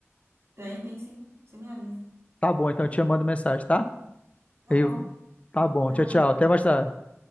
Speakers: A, on the right; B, on the left.
A: Tem, tem sim. Você me avisa.
B: Tá bom, então eu te mando mensagem, tá?
A: Tá
B: E,
A: bom.
B: tá bom,
A: Tchau.
B: tchau, tchau. Até mais tarde.